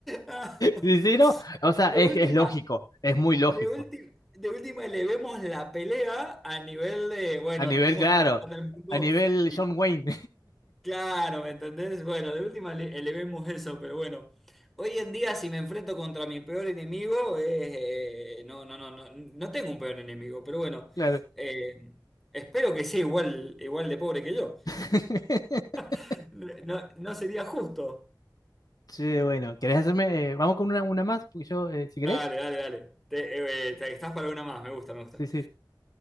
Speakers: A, in the centre; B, on the left.
A: <laughs>
B: Sí, sí, no, o sea,
A: De
B: es,
A: última,
B: es lógico, es muy lógico.
A: de última, de última elevemos la pelea a nivel de, bueno,
B: A nivel,
A: tenemos
B: claro,
A: toda la plata del mundo
B: a nivel
A: y
B: John Wayne,
A: Claro, ¿me entendés? Bueno, de última le- elevemos eso, pero bueno. Hoy en día, si me enfrento contra mi peor enemigo, eh, eh, no, no, no, no, no tengo un peor enemigo, pero bueno,
B: <laughs> claro.
A: eh, espero que sea igual, igual de pobre que yo.
B: <laughs>
A: <laughs> No, no sería justo.
B: Sí, bueno, ¿querés hacerme? eh, vamos con una, una más, porque yo, eh, si
A: Dale,
B: querés.
A: dale, dale. Te- eh, te- estás para una más, me gusta, me gusta.
B: Sí, sí.